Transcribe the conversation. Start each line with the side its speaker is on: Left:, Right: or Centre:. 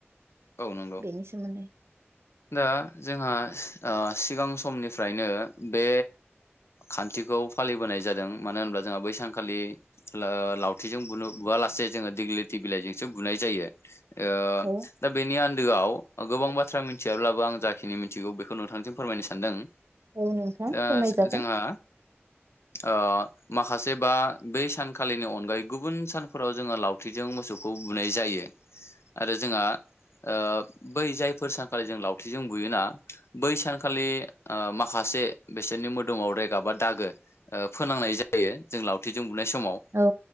Left: औ नंगौ
Right: बेनि सोमोन्दै
Left: दा जोंहा ओ सिगां समनिफ्रायनो बे खान्थिखौ फालिबोनाय जादों मानो होनब्ला जोंहा बै सानखालि ला लावथिजों बुनो बुवालासे जोङो दिग्लिथि बिलाइजोंसो बुनाय जायो। ओ
Right: औ
Left: बेनि आन्दोआव गोबां बाथ्रा मिथियाब्लाबो आं जाखिनि मिथिगौ बेखौ नोंथांजों फोरमायनो सानदों।
Right: औ नोंथां
Left: दा
Right: फोरमायजागोन।
Left: जोंहा ओ माखासे बा बै सानखालिनि अनगायै गुबुन सानफोराव जोङो लावथिजों मोसौखौ बुनाय जायो आरो जोंहा ओ बै जायफोर सानखालि जों लावथिजों बुयोना बै सानखालि ओ माखासे बिसोरनि मोदोमाव रेगा बा दागो ओ फोनांनाय जायो जों लावथिजों बुनाय समाव
Right: औ